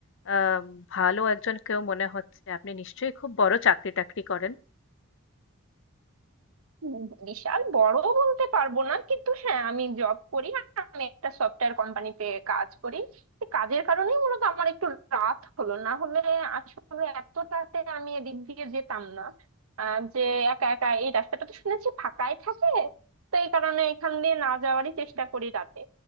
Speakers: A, on the left; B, on the right.
A: আ ভালো একজন কেউ মনে হচ্ছে। আপনি নিশ্চয়ই খুব বড় চাকরি-টাকরি করেন?
B: উম, বিশাল বড় বলতে পারবো না কিন্তু হ্যাঁ আমি জব করি আমি একটা সফটওয়্যার কোম্পানিতে কাজ করি এই কাজের কারণেই মূলত আমার একটু রাত হলো না হলে আসলে এত রাতে আমি এদিক দিয়ে যেতাম না আহ, যে একা একা এই রাস্তাটা তো শুনেছি ফাঁকাই থাকে তো এই কারণে এখান দিয়ে না যাওয়ারই চেষ্টা করি রাতে